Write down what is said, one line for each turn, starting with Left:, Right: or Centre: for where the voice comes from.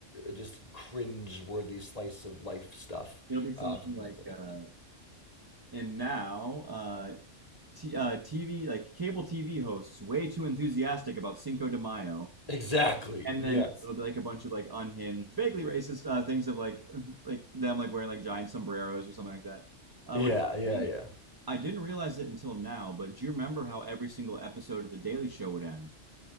Left: just cringe-worthy slice of life stuff
Right: it'll be something
Left: uh, from
Right: like,
Left: local news.
Right: uh, and now uh, t- uh, TV, like cable TV hosts, way too enthusiastic about Cinco de Mayo.
Left: Exactly.
Right: And
Left: Yes.
Right: then it'll be like a bunch of like unhinged, vaguely racist uh, things of like like them like wearing like giant sombreros or something like that. Uh,
Left: Yeah.
Right: which
Left: Yeah.
Right: I think
Left: Yeah.
Right: I didn't realize it until now, but do you remember how every single episode of The Daily Show would end?